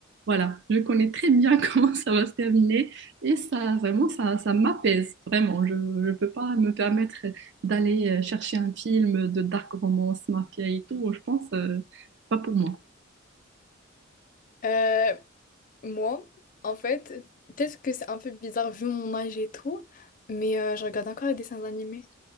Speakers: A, on the right; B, on the left.
A: Voilà, je connais très bien <laughs> comment ça va se terminer et ça, vraiment, ça, ça m'apaise, vraiment. Je ne peux pas me permettre d'aller euh, chercher un film de dark romance, mafia et tout. Je pense, euh, c'est pas pour moi.
B: Euh, moi, en fait, peut-être que c'est un peu bizarre vu mon âge et tout, mais euh, je regarde encore les dessins animés.